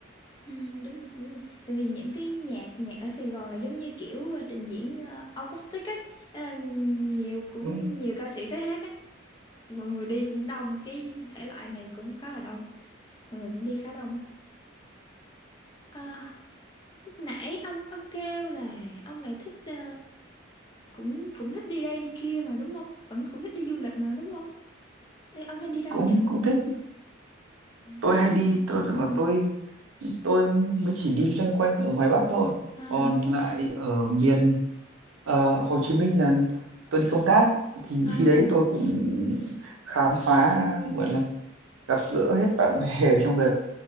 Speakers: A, on the left (about 20°); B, on the right (about 85°).
A: ừ, đúng rồi đúng rồi tại vì những cái nhạc nhạc ở Sài Gòn là giống như kiểu ờ, trình diễn ờ, acoustic ấy Ờ, nhiều cũng
B: đúng
A: nhiều ca sĩ tới hát ấy mọi người đi cũng đông cái thể loại này cũng khá là đông mọi người cũng đi khá đông ấy Ờ, lúc nãy ông ông kêu là ông lại thích ờ, cũng cũng thích đi đây đi kia mà đúng không vẫn cũng thích đi du lịch mà đúng không Ê, ông hay đi đâu
B: cũng
A: nhỉ
B: cũng thích tôi
A: ông
B: hay
A: thích đi
B: đi
A: theo-
B: tôi mà
A: ừ
B: tôi tôi mới chỉ đi loanh quanh ở ngoài Bắc thôi
A: à
B: còn lại
A: thế
B: ở miền ờ, Hồ Chí Minh là tôi đi công tác thì
A: à,
B: khi đấy tôi cũng khám phá gọi là gặp gỡ hết bạn bè ở trong đấy